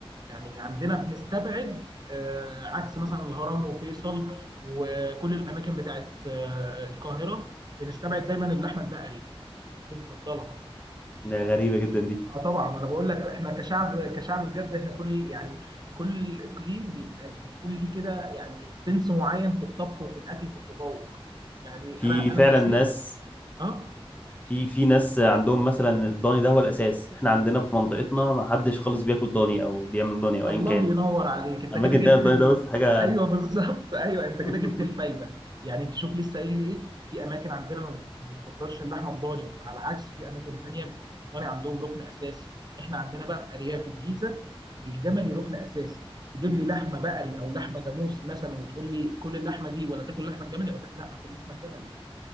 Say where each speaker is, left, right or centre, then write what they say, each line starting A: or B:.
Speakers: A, on the right (about 45°); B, on the left (about 15°).
A: يعني عندنا بنستبعد آه، عكس مثلا الهرم وفيصل وكل الاماكن بتاعت آه، القاهره بنستبعد دايما اللحمه البقري بنفضلها
B: ده غريبة جدا دي
A: اه طبعا انا بقول لك احنا كشعب كشعب بجد احنا كل يعني كل اقليم بيبقى بيكون ليه كده يعني سنس معين في الطبخ وفي الاكل وفي التذوق يعني
B: في
A: انا انا
B: فعلا
A: كسيف
B: ناس
A: اه
B: في في ناس عندهم مثلا الضاني ده هو الاساس احنا عندنا في منطقتنا ما حدش خالص بياكل ضاني او بيعمل ضاني او
A: الله
B: ايا كان
A: ينور عليك انت
B: اماكن
A: كده جبت
B: تانية الضاني
A: ال...
B: ده بص حاجة
A: ايوه بالظبط <laughs> ايوه انت كده
B: <laughs>
A: جبت الفايده يعني انت شوف لسه قايل ايه في اماكن عندنا ما بنفضلش اللحمه الضاني على العكس في اماكن تانية الضاني عندهم ركن اساسي احنا عندنا بقى في ارياف الجيزه الجملي ركن اساسي تجيب لي لحمه بقري او لحمه جاموسي مثلا وتقول لي كل اللحمه دي ولا تاكل لحمه الجملي اقول لك لا اكل لحمه الجملي